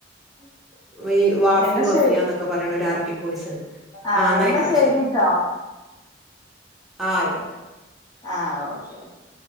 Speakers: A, in the centre; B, on the left.
A: <inaudible> ഈ വാഫി
B: എന്നാ
A: വഫിയ
B: ശരി
A: എന്നൊക്കെ പറയണ ഒരു അറബിക്കോയിസ് ഉണ്ട്
B: ആഹ്
A: ആ എന്നായിക്കോട്ടെ
B: എന്നാ ശരിട്ടോ
A: ശരി. ആഹ ആയിക്കോട്ടെ.
B: ആഹ ഓക്കെ ഓക്കെ.